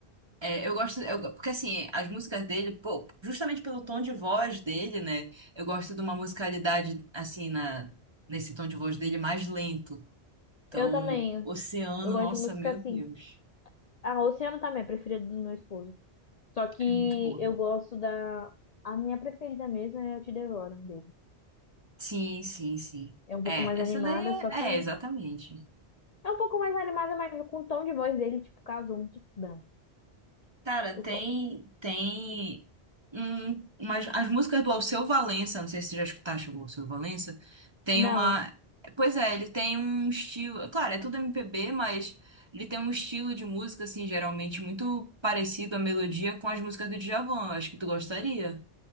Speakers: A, on the right; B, on the left.
A: É, eu gosto, eu- porque assim, as músicas dele, pô, justamente pelo tom de voz dele, né? Eu gosto de uma musicalidade, assim, na, nesse tom de voz dele mais lento. Então,
B: Eu também.
A: Oceano,
B: Eu gosto
A: nossa,
B: de música
A: meu
B: assim.
A: Deus.
B: Ah, Oceano também é preferida do meu esposo. Só que
A: É muito boa.
B: eu gosto da. A minha preferida mesmo é Eu Te Devoro, dele.
A: Sim, sim, sim.
B: É um
A: É,
B: pouco mais
A: essa
B: animada,
A: daí
B: só
A: é,
B: que.
A: é, exatamente.
B: É um pouco mais animada, mas com o tom de voz dele, tipo, casou muito bem.
A: Cara, tem,
B: Muito top.
A: tem um, umas, as músicas do Alceu Valença, não sei se você já escutaste o Alceu Valença, tem
B: Não.
A: uma, pois é, ele tem um estilo, claro, é tudo MPB, mas ele tem um estilo de música, assim, geralmente muito parecido a melodia com as músicas do Djavan, eu acho que tu gostaria.